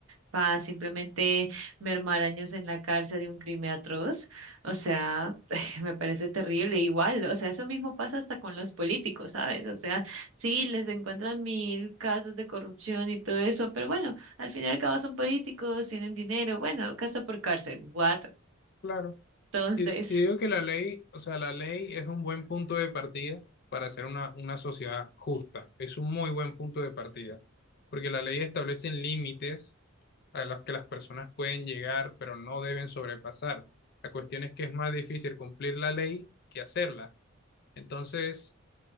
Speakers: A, on the right; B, on the left.
A: para simplemente mermar años en la cárcel de un crimen atroz. O sea, <laughs> me parece terrible. Igual, o sea, eso mismo pasa hasta con los políticos, ¿sabes? O sea, sí, les encuentran mil casos de corrupción y todo eso, pero bueno, al fin y al cabo son políticos, tienen dinero, bueno, casa por cárcel, what? <laughs>
B: claro.
A: Entonces.
B: Yo, yo digo que la ley, o sea, la ley es un buen punto de partida para hacer una, una sociedad justa. Es un muy buen punto de partida, porque la ley establece límites a los que las personas pueden llegar, pero no deben sobrepasar. La cuestión es que es más difícil cumplir la ley que hacerla. Entonces,